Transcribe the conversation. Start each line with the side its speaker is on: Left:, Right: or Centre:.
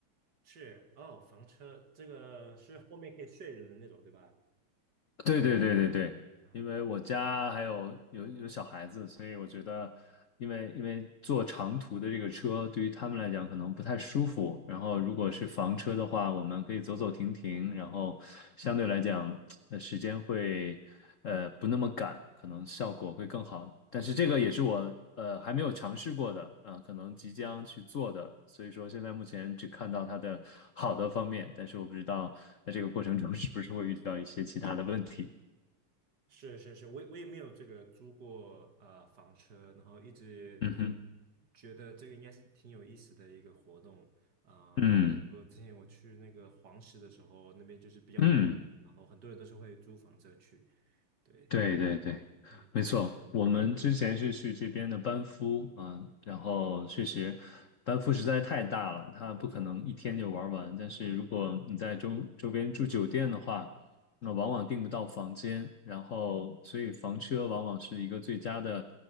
Right: 是哦，房车这个是后面可以睡人的那种，对吧？
Left: 对对对对对对因为我家还有有有小孩子，
Right: 啊，
Left: 所以我觉得，因为因为坐长途的这个车对于他们来讲可能不太舒服。然后如果是房车的话，我们可以走走停停，然后相对来讲，呃，时间会呃不那么赶，可能效果会更好。但是这个也是我呃还没有尝试过的，啊、可能即将去做的。
Right: 嗯，
Left: 所以说现在目前只看到它的好的方面，但是我不知道在这个过程中是不是会遇到一些其他的问题。
Right: 是是是，我也我也没有这个租过呃房车，然后一直
Left: 嗯哼。
Right: 觉得这个应该是挺有意思的一个活动。啊、
Left: 嗯
Right: 我之前我去那个黄石的时候，那边就是比较远，
Left: 嗯，
Right: 然后很多人都是会租房车去。对，
Left: 对对对，
Right: 嗯，
Left: 没错。我们之前是去这边的班夫啊，然后确实班夫实在太大了，它不可能一天就玩完。但是如果你在周周边住酒店的话，那往往订不到房间，然后所以房车往往是一个最佳的
Right: 嗯